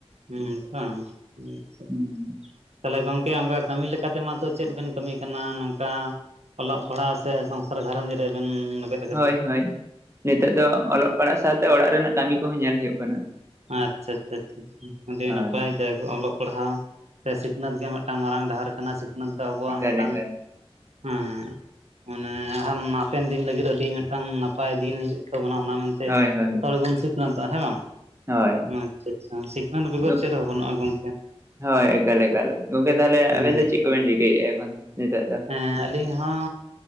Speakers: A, on the right (about 80°); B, on the right (about 25°).
A: ᱦᱩᱸ <unintelligible>
B: ᱦᱩᱸ
A: ᱛᱟᱞᱦᱮ ᱜᱚᱢᱠᱮ ᱚᱱᱠᱟ ᱠᱟᱹᱢᱤ ᱞᱮᱠᱟᱛᱮ ᱢᱟᱛᱚ ᱪᱮᱫ ᱵᱮᱱ ᱠᱟᱹᱢᱤ ᱠᱟᱱᱟ ᱱᱚᱝᱠᱟ ᱚᱞᱚᱜ ᱯᱟᱲᱦᱟᱜ ᱥᱮ ᱥᱚᱝᱥᱟᱨ ᱜᱷᱟᱨᱚᱸᱡᱽ ᱨᱮᱵᱮᱱ ᱞᱮᱵᱮᱫ ᱟᱠᱟᱫᱟ
B: ᱦᱳᱭ ᱦᱳᱭ ᱱᱤᱛᱚᱜ ᱫᱚ ᱚᱞᱚᱜ ᱯᱟᱲᱦᱟᱜ ᱥᱟᱶᱛᱮ ᱚᱲᱟᱜ ᱨᱮᱱᱟᱜ ᱠᱟᱹᱢᱤ ᱠᱚᱦᱚᱸ ᱧᱮᱞ ᱦᱳᱭᱳᱜ ᱠᱟᱱᱟ
A: ᱟᱪᱪᱷᱟ ᱟᱪᱪᱷᱟ ᱟᱰᱤ
B: ᱦᱳᱭ
A: ᱱᱟᱯᱟᱭ ᱚᱞᱚᱜ ᱯᱟᱲᱦᱟᱣ ᱥᱮ ᱥᱤᱠᱷᱱᱟᱹᱛ ᱜᱮ ᱢᱤᱫᱴᱟᱝ ᱢᱟᱨᱟᱝ ᱰᱟᱦᱟᱨ ᱠᱟᱱᱟ ᱥᱤᱠᱷᱱᱟᱹᱛ ᱫᱚ ᱟᱵᱚᱣᱟᱜ
B: ᱮᱠᱟᱞ
A: ᱢᱤᱫᱴᱟᱝ
B: ᱮᱠᱟᱞ
A: ᱦᱮᱸ ᱢᱟᱱᱮ ᱟᱨ ᱦᱚᱸ ᱦᱟᱯᱮᱱ ᱫᱤᱱ ᱞᱟᱹᱜᱤᱫ ᱟᱹᱰᱤ ᱢᱤᱫᱴᱟᱝ ᱱᱟᱯᱟᱭ ᱫᱤᱱ ᱦᱤᱡᱩᱜ ᱛᱟᱵᱚᱱᱟ ᱚᱱᱟ ᱢᱮᱱᱛᱮ
B: ᱦᱳᱭ ᱦᱳᱭ
A: ᱡᱚᱛᱚ ᱦᱚᱲ ᱜᱮᱵᱚᱱ ᱥᱤᱠᱷᱱᱟᱹᱛᱚᱜ ᱦᱮᱸ ᱵᱟᱝ
B: ᱦᱳᱭ
A: ᱟᱪᱪᱷᱟ ᱟᱪᱪᱷᱟ ᱥᱤᱠᱷᱱᱟᱹᱛ ᱵᱮᱜᱚᱨ
B: ᱫᱚ-
A: ᱪᱮᱫ ᱦᱚᱸ ᱵᱟᱹᱱᱩᱜᱼᱟ ᱜᱚᱝᱠᱮ
B: ᱦᱳᱭ ᱮᱠᱟᱞ ᱮᱠᱟᱞ ᱜᱚᱝᱠᱮ ᱛᱟᱦᱚᱞᱮ
A: ᱦᱮᱸ
B: ᱟᱵᱮᱱ ᱫᱚ ᱪᱮᱫ ᱠᱚᱵᱮᱱ ᱪᱤᱠᱟᱹᱭᱮᱫᱼᱟ ᱮᱠᱷᱚᱱ ᱱᱤᱛᱚᱜ ᱫᱚ
A: ᱮᱸ ᱟᱹᱞᱤᱧ ᱦᱚᱸ